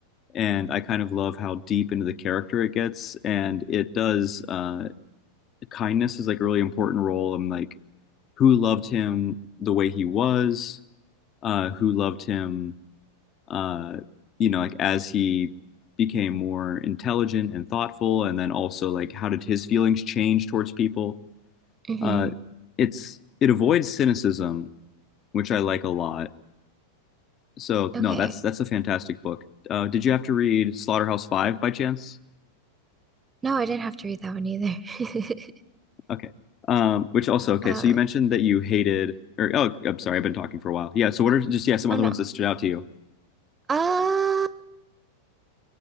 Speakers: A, on the left; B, on the right.
A: and i kind of love how deep into the character it gets and it does uh, kindness is like a really important role i'm like who loved him the way he was uh, who loved him uh, you know, like as he became more intelligent and thoughtful, and then also like how did his feelings change towards people?
B: mm-hmm.
A: Uh, it's it avoids cynicism, which I like a lot. So
B: Okay.
A: no, that's that's a fantastic book. Uh, did you have to read Slaughterhouse Five by chance?
B: No, I didn't have to read that one either. <laughs>
A: Okay. Um, which also okay.
B: Uh,
A: So you mentioned that you hated, or oh, I'm sorry, I've been talking for a while. Yeah. So what are just yeah some other
B: oh no.
A: ones that stood out to you?
B: Uh,